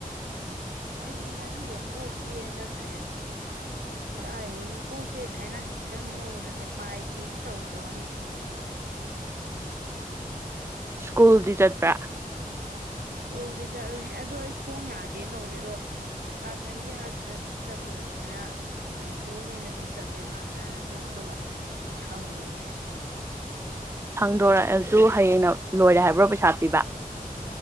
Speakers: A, on the right; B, on the right.
A: ꯑꯩ ꯉꯁꯤ ꯀꯣꯛ ꯆꯤꯛꯑꯦꯅ ꯆꯠꯇ꯭ꯔꯦ ꯀꯔꯥꯏꯗꯒꯤ ꯀꯣꯛꯁꯦ ꯁꯥꯏꯅ ꯈꯤꯇꯪ ꯅꯣꯝꯕꯗꯅꯦ ꯄꯥꯏꯒꯦꯒ ꯇꯧꯕꯗꯣ ꯑꯗꯨ ꯈꯨꯅꯣꯝꯗꯨ ꯅꯣꯝꯃꯦꯕ
B: ꯁ꯭ꯀꯨꯜꯗꯤ ꯆꯠꯄ꯭ꯔꯥ
A: ꯏꯁ꯭ꯀꯨꯜꯗꯤ ꯆꯠꯂꯦ ꯑꯗꯨ ꯑꯩ ꯈꯣꯡ ꯌꯥꯗꯦ ꯇꯧꯅꯦꯗꯣ ꯏꯁꯀꯥꯔꯁꯟꯒꯤ ꯍꯥꯏꯕꯗꯨꯗꯁꯨ ꯆꯠꯂꯨꯔꯒꯦꯅ ꯌꯦꯡꯊꯣꯛꯎꯒꯦꯅ ꯁꯨꯝ ꯆꯠꯂꯦ ꯅꯥ ꯅꯥꯅ ꯑꯗꯨꯝ ꯑꯗꯨꯒ ꯁꯥꯡꯗꯣꯔꯛꯑꯦ
B: ꯁꯥꯡꯗꯣꯔꯛꯑꯁꯨ ꯍꯌꯦꯡꯅ ꯂꯣꯏꯔꯦ ꯍꯥꯏꯕ꯭ꯔꯣ ꯄꯩꯁꯥ ꯄꯤꯕ